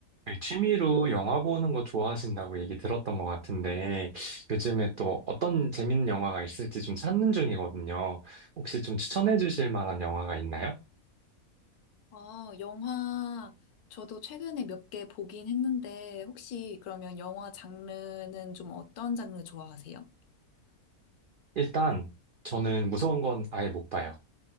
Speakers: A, on the right; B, on the left.
A: 그 취미로 영화 보는 거 좋아하신다고 얘기 들었던 것 같은데, 요즘에 또 어떤 재밌는 영화가 있을지 좀 찾는 중이거든요. 혹시 좀 추천해 주실 만한 영화가 있나요?
B: 아, 영화, 저도 최근에 몇 개 보긴 했는데, 혹시 그러면 영화 장르는 좀 어떤 장르 좋아하세요?
A: 일단, 저는 무서운 건 아예 못 봐요.